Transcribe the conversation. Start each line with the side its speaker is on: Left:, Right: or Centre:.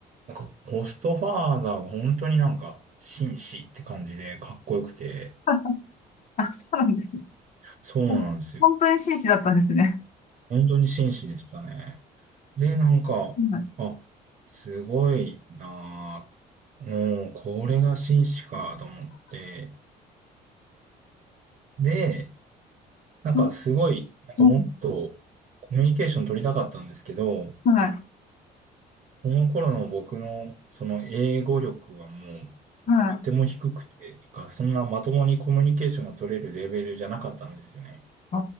Right: なんかホストファーザーが本当になんか紳士って感じでかっこよくて、
Left: あ、あ、そうなんですね。
Right: そうなんですよ。
Left: ほん本当に紳士だったんですね。
Right: 本当に紳士でしたね。で、なんか、
Left: はい。
Right: あ、すごいなぁ。もう、これが紳士かと思って。で、
Left: そ
Right: なんかすごい、なんかもっとコミュニケーション取りたかったんですけど、
Left: う、うん、はい。
Right: その頃の僕のその英語力はもう
Left: はい。
Right: とても低くて、なんかそんなまともにコミュニケーションが取れるレベルじゃなかったんですよね。
Left: あ